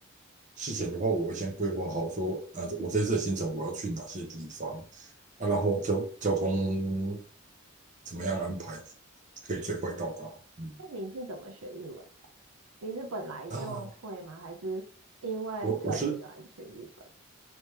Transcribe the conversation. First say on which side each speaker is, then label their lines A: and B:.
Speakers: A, on the right (about 35°); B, on the right (about 80°).
A: 事前的话，我会先规划好说，啊，我这次的行程我要去哪些地方，啊，然后交交通怎么样安排，可以最快到达。嗯，
B: 那你是怎么学日文的？你是本来就会吗？
A: 啊，
B: 还是因为特别喜欢去日本？
A: 我我是